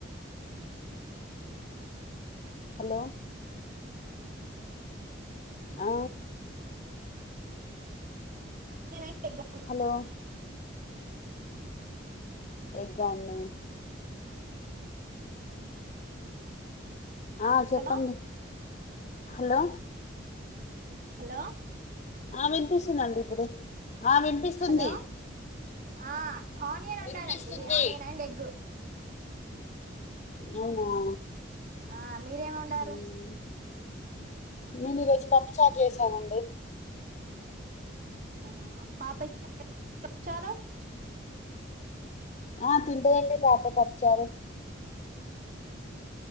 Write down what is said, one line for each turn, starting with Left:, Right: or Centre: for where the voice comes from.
Left: హలో ఆ
Right: శనగ పిండి
Left: హలో ఎగ్ అండి ఆ చెప్పండి
Right: హలో
Left: హలో
Right: హలో
Left: ఆ వినిపిస్తుందండి ఇప్పుడు ఆ వినిపిస్తుంది
Right: హలో ఆ ఆనియన్ వండానండి
Left: వినిపిస్తుంది
Right: ఆనియన్ అండ్ ఎగ్
Left: అవునా
Right: ఆ మీరేం వండారు
Left: మ్మ్. నేను ఈరోజు పప్పు చారు చేసానండి
Right: ఆహా పాప <inaudible> పప్పు చారు
Left: ఆ తింటాదండి పాప పప్పుచారు